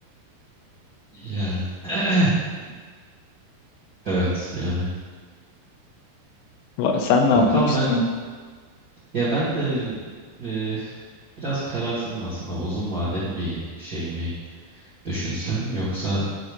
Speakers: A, on the right (about 40°); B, on the left (about 80°).
A: Yani <clears throat> evet yani.
B: Va- Sen
A: Bakalım
B: ne yapmak istiyorsun?
A: ben ya ben de e, biraz kararsızım aslında. Uzun vadeli bir şey mi düşünsem yoksa